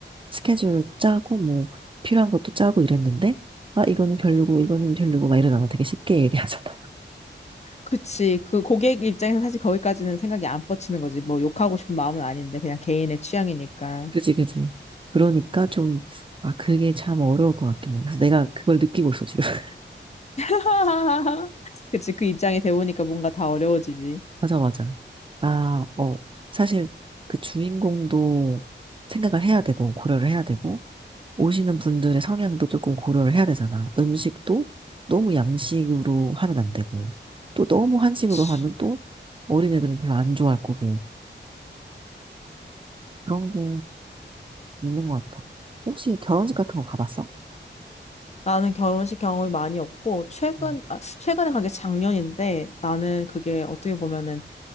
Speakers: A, on the right; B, on the left.
A: 스케줄 짜고 뭐 필요한 것도 짜고 이랬는데, 아, 이거는 별로고, 이거는 별로고 막 이러잖아. 되게 쉽게 얘기하잖아.
B: 그치. 그 고객 입장에서 사실 거기까지는 생각이 안 뻗치는 거지. 뭐 욕하고 싶은 마음은 아닌데, 그냥 개인의 취향이니까.
A: <laughs> 그지, 그지. 그러니까 좀, 아, 그게 참 어려울 것 같긴 해. 그래서 내가 그걸 느끼고 있어, 지금. <laughs>
B: <laughs> 그치. 그 입장이 되보니까 뭔가 다 어려워지지.
A: 맞아, 맞아. 아, 어, 사실 그 주인공도 생각을 해야 되고, 고려를 해야 되고, 오시는 분들의 성향도 조금 고려를 해야 되잖아. 음식도 너무 양식으로 하면 안 되고, 또 너무 한식으로
B: 그치.
A: 하면 또 어린애들은 별로 안 좋아할 거고, 그런 게 있는 것 같아. 혹시 결혼식 같은 거 가봤어?
B: 나는 결혼식 경험이 많이 없고, 최근,
A: 음.
B: 아, 최근에 간 게 작년인데, 나는 그게 어떻게 보면은,